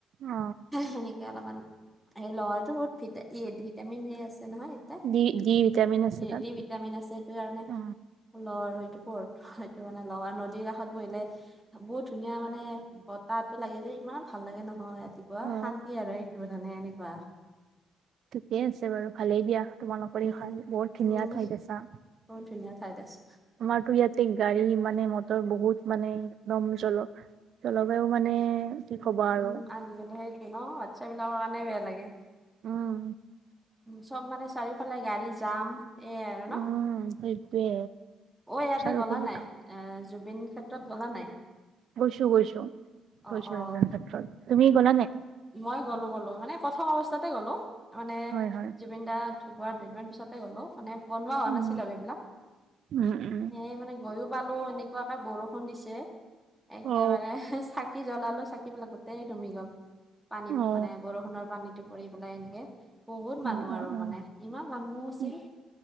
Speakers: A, on the right; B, in the centre.
A: অ
B: সেনেকে অলপমান হে লৰাতো বহুত ভি ভিটামিন এ আছে। নহয় এতিয়া
A: ডি ডি ভিটামিন আছে
B: <unintelligible>
A: তাত
B: দি ভিটামিন আছে ইটো কাৰণে
A: অ
B: ল আৰু সেইটো সেইটো মানে লগা নদীৰ কাষত বহিলে বহুত ধুনীয়া মানে বতাহটো লাগে যে ইমাৰ ভাল লাগে নহয় ৰাতিপুৱা
A: অ
B: শান্তি আৰু এইটো মানে এনেকুৱা
A: ঠিকেই আছে বাৰু ভালেই দিয়া তোমালোকৰে
B: উম
A: ইফাল বৰ
B: উম
A: ধুনীয়া ঠাইত আছা
B: বহুত ধুনীয়া ঠাইত আছো
A: আমাৰতো ইয়াতে গাড়ী মানে মটৰ বহুত মানে একদম জল <unintelligible> জলবায়ু মানে- কি কবা
B: উ
A: আৰু
B: উম আজিকালি সেইটো ন বাচ্ছা বিলাকৰ কাৰণে বেয়া লাগে
A: উম
B: চব মানে চাৰিওফালে গাড়ী যাম এইয়াই আৰু ন
A: অ সেইটোৱে
B: অ ইয়াতে
A: চাৰিওফালে
B: গলা নাই এ জুবিন ক্ষেত্ৰত গলা নাই
A: গৈছো গৈছো
B: অ
A: গৈছো
B: অ
A: জুবিন ক্ষেত্ৰত তুমি গ'লা নে
B: মই গ'লো গ'লো মানে প্ৰথম অৱস্থাতে গ'লো মানে
A: হয় হয়
B: জুবিনদা ঢুকোৱাৰ দুইদিন মান পিছতে গ'লো মানে বনোৱা হোৱা
A: উম
B: নাছিল আৰু এইবিলাক
A: উম উম
B: এই মানে গৈও পালো এনেকুৱা এটা বৰষুণ দিছে একেবাৰে
A: অ
B: ছা <unintelligible> চাকি জ্বলালো চাকিবিলাক গোটেই নুমি গ'ল পানীত
A: অ
B: মানে বৰষুণৰ পানীটো পৰি <unintelligible> বনাই এনেকে বহুত মানুহ
A: উ উম,
B: আৰু
A: উম
B: মানে ইমান মানুহ আছিল
A: উ